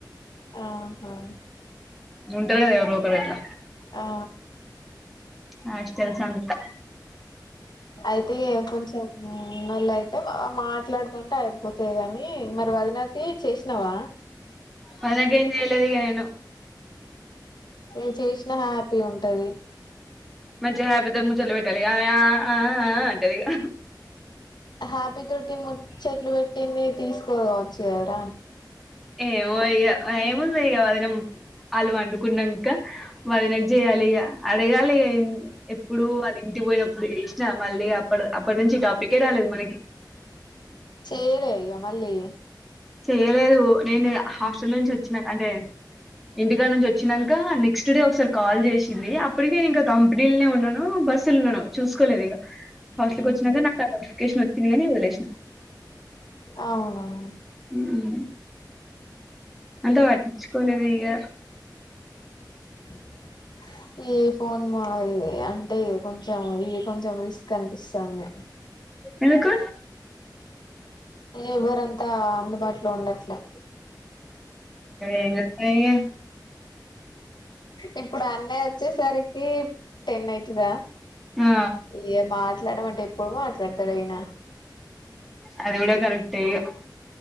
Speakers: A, on the left; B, in the centre.
A: ఆహా
B: ఉంటది కదా ఎవరో ఒకరు ఎట్లా
A: ఆ
B: హాస్టల్స్ అంతా
A: అయితే కొంచెం నల్యితే అంటే మాట్లాడకుంటే అయిపోతది కాని మరి వదినకి చేసినావా
B: వదినకి ఏం చేయలేదు ఇగ నేను
A: ఎ చేసినా హ్యాపీ ఉంటది
B: మంచి హ్యాబితో ముచ్చట్లు పెట్టాలి ఆమె ఆ ఆ అంటది ఇగ
A: హ్యాపీ తోటి ముచ్చట్లు పెట్టింది తీసుకోవచ్చు కదరా
B: ఏమో ఇగా ఏముందిక వదనమ్మ అలు పండుకున్నా క వదినకి చేయాలి ఇక అడగాలి ఇగా ఎప్పుడు వల్ల ఇంటికి పోయినప్పుడు చేసినా మళ్ళీ అప్పు అప్పుడు నుంచి టాపిక్ రాలేదు మనకి
A: చేరే ఇగమల్లి
B: చేయలేదు. నేను హాస్టల్ నుంచి వచ్చినా అంటే, ఇంటికా నుంచి వచ్చినాక నెక్స్ట్ డే ఒకసారి కాల్ చేసింది. అప్పడికే నేను ఇంకా కంపెనీలోనే ఉన్నాను. బస్సులొ ఉన్నా చూసుకోలేదు ఇక హాస్టల్
A: ఉహు.
B: కి వచ్చినాక నాకు కఫికేషన్ వచ్చింది. గాని వదిలేసినా.
A: అవును
B: ఉహ్మ్మ్ అంటే పట్టించుకోలేదు ఇక
A: <inaudible> ఏ ఫోన్ మోగి అంటే కొంచెం ఇ కొంచెం రిస్క్ అనిపిస్తా ఉంది
B: ఎందుకు.
A: ఎవ్వరంత అందుబాటులో ఉండట్లే.
B: ఏం చేస్తాం ఇగ
A: ఇప్పుడు అన్నయ్య వచ్చేసరికి టెన్ అయితుదా.
B: ఆ
A: ఈ మార్, మాట్లాడ అంటే ఎప్పుడు మాట్లాడతడు ఈయన
B: అడిగూడ కరెక్ట్ ఇగ్